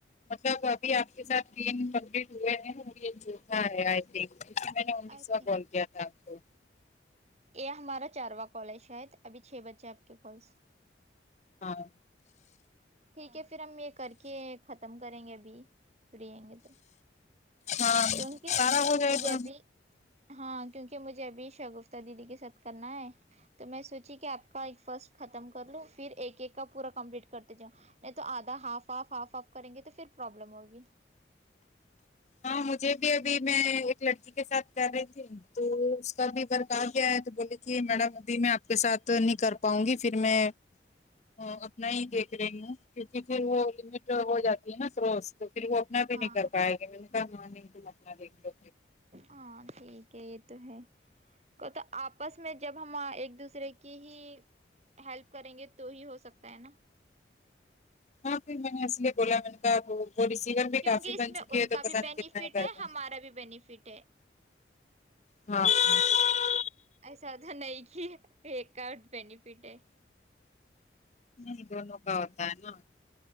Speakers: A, on the left; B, on the right.
A: مطلب ابھی آپ کے ساتھ تین کمپلیٹ ہوئے ہیں یہ جوتھا ہےآئی تھنک میں نے انیس
B: آئی
A: وا
B: تھنک
A: کول کیایا تھا آپ کو
B: یہ ہمارا چارواں کال ہے شاید ابھی چھ بجے آپ کے کالس
A: ہاں
B: ٹھیک ہے پھر ہم یہ کر کے ختم کریں گے ابھی فریئیں گے تو
A: ہاں
B: کیونکہ
A: سارا ہو جائے
B: مجھے
A: تو
B: ابھی ہاں کیونکہ مجھے ابھی شگفتا دیدی کے ساتھ کرنا ہے تو میں سوچی کہ آپ کا ایک فرسٹ ختم کر لوں پھر ایک ایک کا پورا کمپلیٹ کرتے جاو نہیں تو آدھا ہاف آف ہاف آف کریں گے تو پھر پرابلم ہوگی
A: ہاں مجھے بھی ابھی میں ایک لڑکی کے ساتھ کر رہی تھی تو اس کا بھی ورک ر آگیا ہے تو بولے جی میڈم ابھی میں آپ کے ساتھ نہیں کر پاؤں گی پھر میں ا اپنا ہی دیکھ رہی ہوں کیونکہ پھر وہ لمٹ ہو جاتی ہے نا فروز تو پھر وہ انا بھی
B: ہاں
A: نہیں کر پائے گی م کہ نہیں تم اپنا دیکھ لو
B: ہاں ٹھیک ہے یہ تو ہے تو آپس وا جب ہم ہاں ایک دوسرے کی ہی ہیلپ کریں گے تو ہی ہو سکتا ہے نا
A: ہاں تو میں نے اسلۓ بولا میں نے کہاب وہ ریسیور بھی
B: کیونکہ
A: کافی
B: اس
A: بن
B: میں
A: چکی
B: ان
A: ہے
B: کا
A: تو
B: بھی
A: پتا نہیں
B: بینیفٹ
A: کتنا ہی کرتا
B: ہے ہمارا بھی بینیفٹ ہے
A: ہاں
B: ایسا ہو تھا نہیں کی ایک ‌ کارڈ بینیفٹ ہے
A: نہیں دونوں کا ہوتا ہے نا